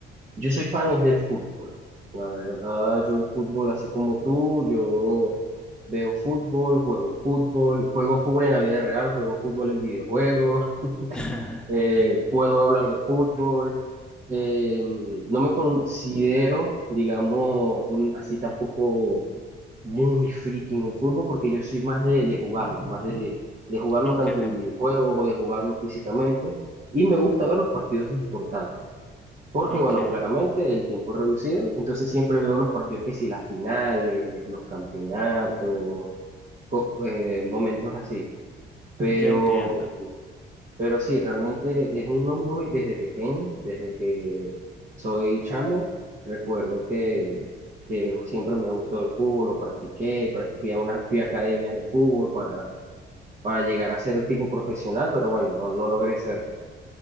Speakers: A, on the right; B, in the centre.
A: Yo soy fan es del fútbol. La verdad, yo el fútbol, así como tú, yo veo fútbol, juego fútbol, juego fútbol en la vida real, juego fútbol en videojuegos.
B: <laughs>
A: eh, puedo hablar de fútbol, eh, no me considero, digamos, un, así tampoco muy friki en el fútbol porque yo soy más de, de jugarlo, más de, de jugarlo
B: ok,
A: tanto en videojuegos o de jugarlo físicamente y me gusta ver los partidos importantes. Porque,
B: ok,
A: bueno, claramente el tiempo es reducido, entonces siempre veo los partidos que si las finales, los campeonatos, co- eh, momentos así. Mm. Pero
B: ya entiendo.
A: pero sí, realmente es uno de mis hobbies desde pequeño, desde que soy chamo. Recuerdo que, que siempre me gustó el fútbol, lo practiqué, pra- fui a unas, fui a academias de fútbol para, para llegar a ser un tipo profesional, pero bueno, no, no logré ser.